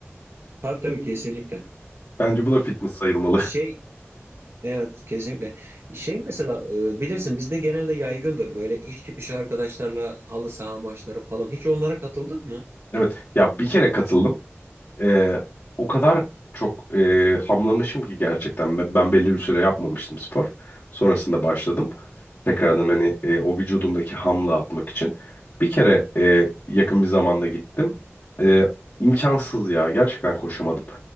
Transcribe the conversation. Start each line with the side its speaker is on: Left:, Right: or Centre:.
Right: Tabii tabii kesinlikle.
Left: Bence bu da fitness sayılmalı.
Right: E, şey
Left: <laughs>
Right: evet kesinlikle. Şey mesela e, bilirsin bizde genelde yaygındır böyle iş çıkışı arkadaşlarla halı saha maçları falan. Hiç onlara katıldın mı?
Left: Evet ya bir kere katıldım. Ee, o kadar çok e, hamlamışım ki gerçekten. Be- Ben belli bir süre yapmamıştım spor. Sonrasında başladım. Tekrardan hani e, o vücudumdaki hamla atmak için. Bir kere e, yakın bir zamanda gittim. E, imkansız ya. Gerçekten koşamadım.